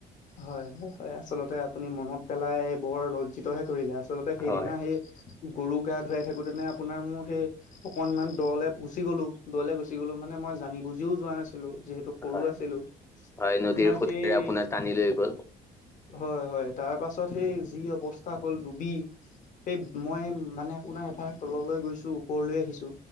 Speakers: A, on the left (about 50°); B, on the left (about 15°).
A: হয় হয় হয় আচলতে আপুনি মনত পেলাই বৰ লজ্জিত হে কৰিলে, আচলতে সেইদিনা
B: হয়
A: সেই গৰু গা ধুৱাই থাকোতেনে আপোনাৰ মোৰ সেই অকনমান দঁ লে গুচি গ'লো দঁ লে গুচি গ'লো মানে মই জানি বুজিও যোৱা নাছিলো যিহেতু সৰু
B: হয়
A: আছিলো,
B: হয় নদীৰ
A: আপোনাৰ
B: সোঁতেৰে
A: সেই
B: আপোনাক টানি লৈ গ'ল।
A: হয় হয় তাৰ পাছত সেই যি অৱস্থা হ'ল ডুবি সেই মই মানে আপোনাৰ এবাৰ তললৈ গৈছো ওপৰলৈ আহিছো।